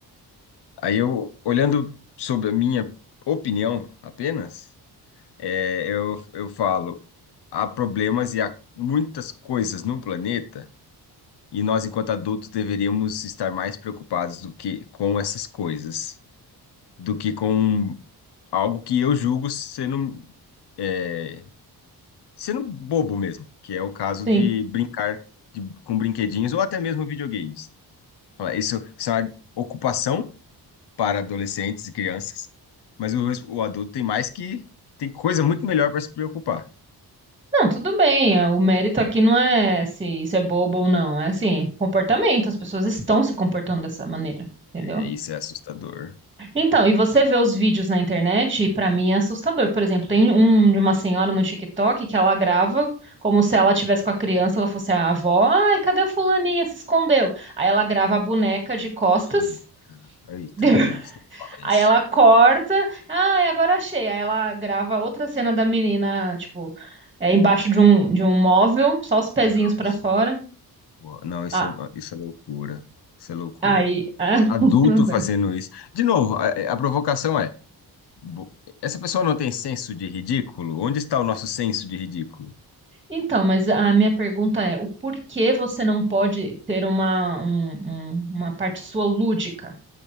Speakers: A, on the left (about 85°); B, on the right (about 15°).
A: Aí eu, olhando sobre a minha opinião apenas, é, eu, eu falo, há problemas e há muitas coisas no planeta e nós, enquanto adultos, deveríamos estar mais preocupados do que com essas coisas, do que com algo que eu julgo sendo, é, sendo bobo mesmo, que é o caso
B: Sim.
A: de brincar de- com brinquedinhos ou até mesmo videogames. Fala, Isso, isso é uma ocupação para adolescentes e crianças, mas o, res- o adulto tem mais que tem coisa muito melhor para se preocupar.
B: Não, tudo bem. é, O mérito aqui não é se isso é bobo ou não. É assim, comportamento. As pessoas estão se comportando dessa maneira, entendeu?
A: É, Isso é assustador.
B: Então, e você vê os vídeos na internet, e pra mim é assustador. Por exemplo, tem um de uma senhora no TikTok que ela grava como se ela tivesse com a criança, ela fosse a avó. Ai, cadê a fulaninha? Se escondeu. Aí ela grava a boneca de costas.
A: Ei, Eita,
B: <laughs>
A: não, isso não fala
B: Aí
A: isso.
B: ela corta, ah, agora achei. Aí ela grava outra cena da menina, tipo, é, embaixo de um, de um móvel, só os pezinhos
A: Não,
B: pra
A: isso
B: fora.
A: não, não, isso,
B: Ah,
A: é- isso é loucura. Isso é loucura.
B: aí, <laughs> ah,
A: Adulto
B: não dá.
A: fazendo isso. De novo, a, a provocação é: bo- essa pessoa não tem senso de ridículo? Onde está o nosso senso de ridículo?
B: Então, mas a minha pergunta é, o porquê você não pode ter uma, um- um- uma parte sua lúdica?